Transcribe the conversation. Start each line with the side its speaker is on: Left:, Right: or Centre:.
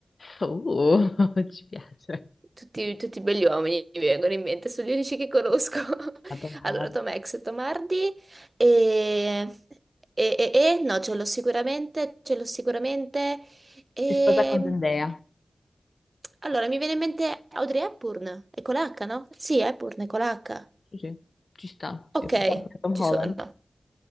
Left: Uh, <laughs> ci piace.
Right: Tutti, tutti belli uomini mi vengono in mente, sono gli unici che conosco. <laughs>
Left: Adam Hart.
Right: Allora, Tom Hanks, Tom Hardy e... E, e- e- no, ce l'ho sicuramente, ce l'ho sicuramente. E...
Left: Si sposa con Zendaya.
Right: Allora, mi viene in mente Audrey Hepburn, è con l'H, no? Sì, Hepburn è con l'H.
Left: Sì, sì, ci sta.
Right: Ok,
Left: Io pensavo a Tom
Right: ci
Left: Holland.
Right: sono.